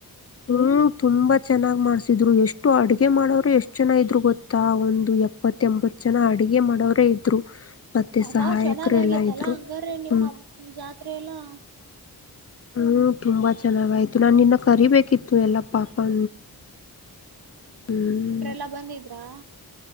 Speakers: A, on the left; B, on the right.
A: ಹ್ಮ್ ತುಂಬಾ ಚೆನ್ನಾಗ್ ಮಾಡ್ಸಿದ್ರು. ಎಷ್ಟು ಅಡ್ಗೆ ಮಾಡೋರು ಎಷ್ಟ್ ಜನ ಇದ್ರು ಗೊತ್ತಾ? ಒಂದು ಎಪ್ಪತ್ತ ಎಂಬತ್ ಜನ ಅಡ್ಗೆ ಮಾಡೋವ್ರೇ ಇದ್ರು. ಮತ್ತೆ
B: ಹಬ್ಬಾ
A: ಸಹಾಯಕರು
B: ಚೆನ್ನಾಗಗೇತಲ್ಲಾ
A: ಎಲ್ಲಾ ಇದ್ರು
B: ಹಂಗಾರೀ ನಿಮ್ಮ್
A: ಹ್ಮ್
B: ಹಬ್ ಜಾತ್ರೆ ಎಲ್ಲಾ?
A: ಹ್ಮ್ ತುಂಬಾ ಚೆನ್ನಾಗಾಯ್ತು ನಾ ನಿನ್ನ ಕರಿಬೇಕಿತ್ತು ಎಲ್ಲ ಪಾಪ.
B: ಹ್ಮ
A: ಹ್ಮ್
B: ನೆಂಟ್ರೆಲ್ಲಾ ಬಂದಿದ್ರಾ?